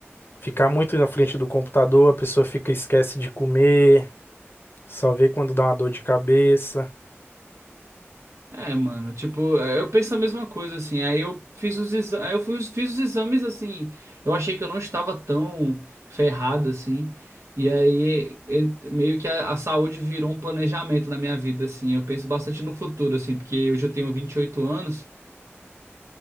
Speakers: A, on the left; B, on the right.
A: ficar muito na frente do computador, a pessoa fica esquece de comer, só vê quando dá uma dor de cabeça.
B: é, mano, tipo, é, eu penso a mesma coisa, assim. Aí eu fiz os exames, eu fui- fiz os exames, assim. Eu achei que eu não estava tão ferrado, assim. E aí, en- meio que a, a saúde virou um planejamento na minha vida, assim. Eu penso bastante no futuro, assim, porque hoje eu tenho 28 anos.